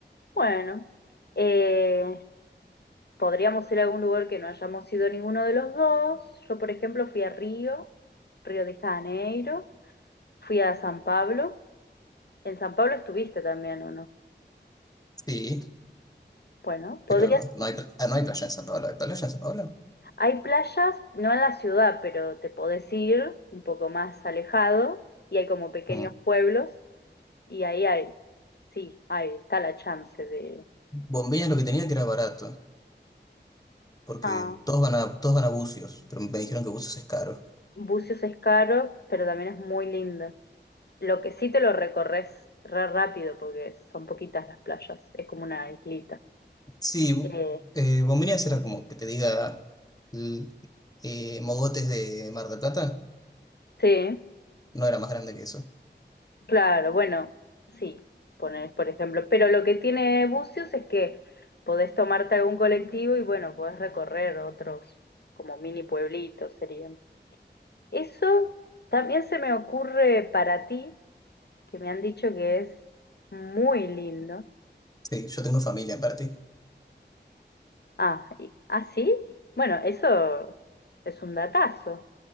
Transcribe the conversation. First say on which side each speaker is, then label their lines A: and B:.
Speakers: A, on the left; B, on the left.
A: Bueno, eh, podríamos ir a algún lugar que no hayamos ido ninguno de los dos. Yo, por ejemplo, fui a Río, Río de Janeiro. Fui a San Pablo. En San Pablo estuviste también, ¿o no?
B: Sí,
A: Bueno, podrías.
B: pero no hay, pla- ah, no hay playa en San Pablo. ¿Hay playa en San Pablo?
A: Hay playas, no en la ciudad, pero te podés ir un poco más alejado y hay como pequeños
B: Mm.
A: pueblos y ahí hay, sí, ahí está la chance de...
B: Bombiñas
A: de-
B: lo que tenía que era barato, porque
A: Ah,
B: todos van a, todos van a Bucios, pero me dijeron que Bucios es caro.
A: Bucios es caro, pero también es muy lindo. Lo que sí te lo recorres re rápido porque son poquitas las playas, es como una islita.
B: Sí, bu-
A: Eh,
B: eh, bombiñas era como que te diga l- eh, mogotes de Mar del Plata,
A: sí,
B: no era más grande que eso.
A: Claro, bueno, sí, poner, por ejemplo. Pero lo que tiene Bucios es que podés tomarte algún colectivo y bueno, podés recorrer otros como mini pueblitos serían. Eso también se me ocurre para ti, que me han dicho que es muy lindo.
B: Sí, yo tengo familia en ti.
A: Ah, y- ¿ah, sí? Bueno, eso es un datazo,